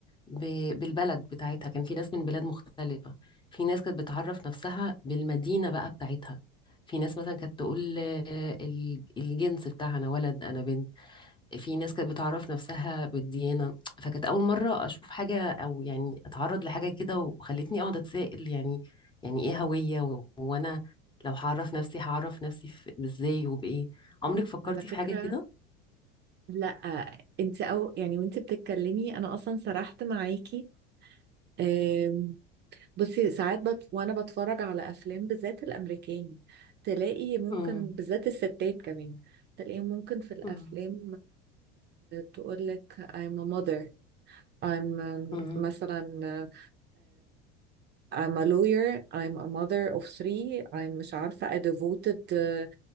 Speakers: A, on the left; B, on the right.
A: ب- بالبلد بتاعتها كان في ناس من بلاد مختلفة في ناس كانت بتعرف نفسها بالمدينة بقى بتاعتها في ناس مثلا كانت تقول آه، ال- الجنس بتاعها أنا ولد أنا بنت في ناس كانت بتعرف نفسها بالديانة فكانت أول مرة أشوف حاجة أو يعني أتعرض لحاجة كده وخلتني أقعد أتسائل يعني يعني إيه هوية و- وأنا لو هعرف نفسي هعرف نفسي في- إزاي وبإيه عمرك فكرتي
B: على فكرة
A: في حاجة كده؟
B: لا انت او يعني وانت بتتكلمي انا اصلا سرحت معاكي أم، بصي ساعات بت... وانا بتفرج على افلام بالذات الامريكاني تلاقي ممكن
A: مم.
B: بالذات الستات كمان تلاقيهم ممكن في الافلام
A: مم.
B: تقول لك I'm a mother I'm um,
A: مم.
B: مثلا I'm a lawyer I'm a mother of three I'm مش عارفة a devoted uh,